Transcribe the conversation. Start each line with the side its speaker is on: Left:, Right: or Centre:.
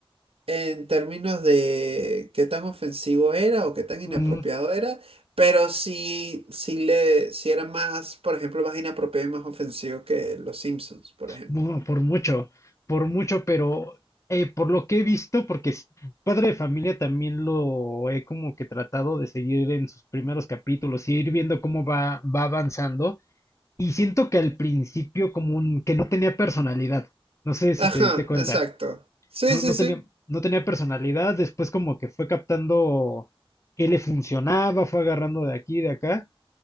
Right: en términos de qué tan ofensivo era o qué tan inapropiado
Left: Mm.
Right: era, pero sí, sí le, sí era más, por ejemplo, más inapropiado y más ofensivo que Los Simpsons, por ejemplo.
Left: Bu- por mucho, por mucho, pero eh, por lo que he visto, porque s- Padre de Familia también lo he como que tratado de seguir en sus primeros capítulos y ir viendo cómo va, va avanzando. Y siento que al principio como un- que no tenía personalidad. No sé si
Right: Ajá,
Left: te diste cuenta.
Right: exacto. Sí,
Left: No,
Right: sí,
Left: no
Right: sí.
Left: tenía, no tenía personalidad. Después como que fue captando qué le funcionaba, fue agarrando de aquí, de acá.